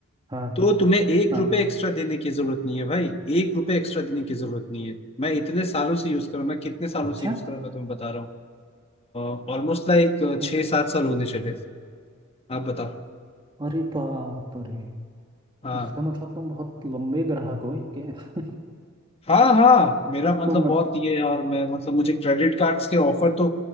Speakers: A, on the right (about 20°); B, on the left (about 30°).
A: हाँ
B: तो तुम्हें एक
A: हाँ
B: रुपए एक्स्ट्रा देने की जरूरत नहीं है भाई एक रुपए एक्स्ट्रा देने की जरूरत नहीं है मैं इतने सालों से यूज कर रहा हूँ मैं कितने सालों
A: अच्छा
B: से यूज कर रहा हूँ मैं तुम्हें बता रहा हूँ ऑलमोस्ट लाइक
A: हाँ,
B: छः सात साल होने चले आप बताओ
A: अरे बाप रे
B: हाँ
A: इसका मतलब तुम बहुत लंबे ग्राहक हो इनके <laughs>
B: हाँ हाँ मेरा मतलब
A: तो मत
B: बहुत ये है और मैं मतलब मुझे क्रेडिट कार्ड्स के ऑफर तो